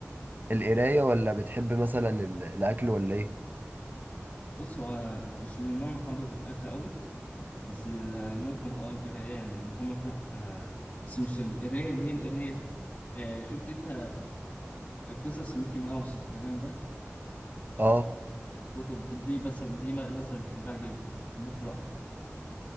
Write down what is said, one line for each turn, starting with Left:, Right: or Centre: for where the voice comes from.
Right: القراية ولا بتحب مثلا ال- الأكل ولا إيه؟
Left: بص هو مش من النوع المحبب في الأكل أوي بس ال- ممكن اه القراية يعني ممكن أقرأ آه بس مش القراية اللي هي القراية آه شفت أنت قصص ميكي ماوس والكلام ده
Right: آه
Left: كتب دي مثلا دي مثلا بحبها جدا بحب أقرأها